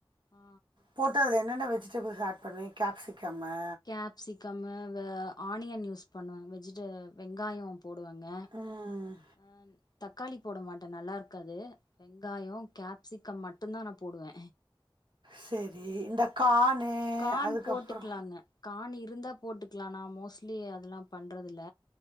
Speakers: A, on the left (about 45°); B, on the right (about 60°).
A: ஆ
B: போட்டு அதுல என்னென்ன வெஜிடபிள்ஸ் ஆட் பண்ணுவீங் கேப்சிகம்மு
A: கேப்சிகம்மு வ ஆனியன் யூஸ் பண்ணுவ வெஜிட வெங்காயோ போடுவங்க
B: ம்
A: அ தக்காளி போட மாட்ட நல்லா இருக்காது வெங்காயோ கேப்சிகம் மட்டுந்தா நா போடுவ
B: செரி இந்த கானு
A: கான்
B: அதுக்கப்றோ
A: போட்டுக்கலாங்க கான் இருந்தா போட்டுக்லா நா மோஸ்ட்லி அதுலா பண்றதில்ல